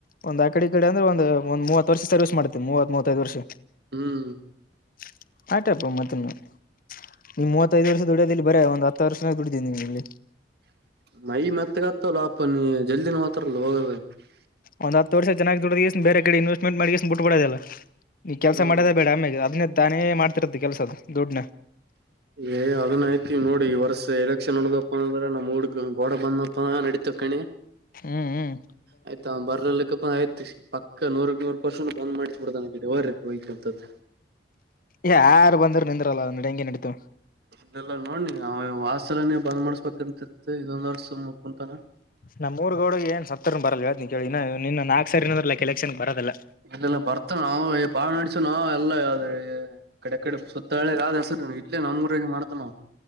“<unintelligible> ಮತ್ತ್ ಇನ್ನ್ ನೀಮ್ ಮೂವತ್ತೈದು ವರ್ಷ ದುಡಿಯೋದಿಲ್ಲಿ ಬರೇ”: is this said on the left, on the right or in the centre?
Left